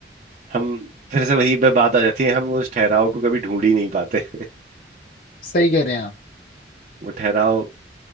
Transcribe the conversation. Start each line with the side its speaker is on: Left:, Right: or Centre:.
Right: हम फिर से वही पे बात आ जाती है हम उस ठहराव को कभी ढूंढ ही नहीं पाते <laughs>
Left: सही कह रहे हैं आप
Right: वो ठहराव